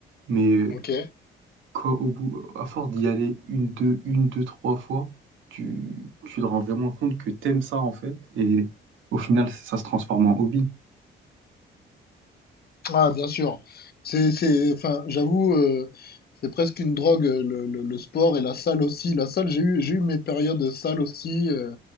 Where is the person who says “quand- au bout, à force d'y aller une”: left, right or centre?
Right